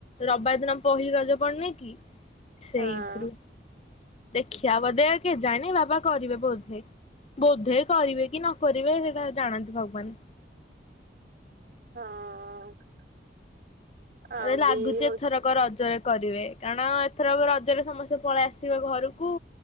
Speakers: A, on the left; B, on the right.
A: ରବାର ଦିନ ପହିଲି ରଜ ପଡନି କି ସେଇଥିରୁ
B: ହଁ
A: ଦେଖିବାଆ ବୋଧେ କେ ଜାଣି ବାବା କରିବେ ବୋଧେ ବୋଧେ କରିବେ କି ନ କରିବେ ସେଇଟା ଜାଣନ୍ତି ଭଗବାନ।
B: ହଁ। ଆଉ
A: ମ ଲାଗୁଚ
B: ବି ହଉଛି
A: ଏଥରକ ରଜରେ କରିବେ କାରଣ ଏଥର ରଜରେ ସମସ୍ତେ ପଳେଇ ଆସିବେ ଘରକୁ